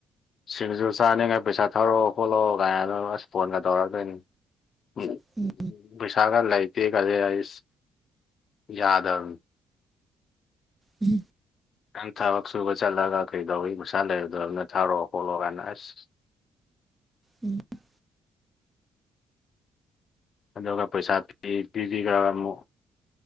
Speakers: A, on the left; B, on the right.
A: ꯁꯤꯡꯖꯨ ꯆꯥꯅꯤꯡꯉꯥꯏ ꯄꯩꯁꯥ ꯊꯧꯔꯛꯑꯣ ꯈꯣꯠꯂꯛꯑꯣ ꯀꯥꯏꯅ ꯑꯁ ꯐꯣꯟꯒ ꯇꯧꯔꯛꯇꯣꯏꯅꯤ <unintelligible>
B: ꯎꯝ
A: ꯄꯩꯁꯥꯒꯥ ꯂꯩ ꯇꯦ ꯒꯁꯦ ꯑꯁ ꯌꯥꯗꯕꯅꯦ
B: ꯎꯝ
A: ꯅꯪ ꯊꯕꯛ ꯁꯨꯕ ꯆꯠꯂꯒ ꯀꯩꯗꯧꯕꯒꯤ ꯄꯩꯁꯥ ꯂꯩꯔꫭꯏꯗꯕꯅꫭ ꯊꯥꯔꯛꯑꯣ ꯈꯣꯠꯂꯣꯑꯣ ꯀꯥꯏꯅ ꯑꯁ
B: ꯎꯝ
A: ꯑꯗꯨꯒ ꯄꯩꯁꯥ ꯄꯤ ꯄꯤꯕꯤꯈ꯭ꯔꯒ ꯑꯃꯨꯛ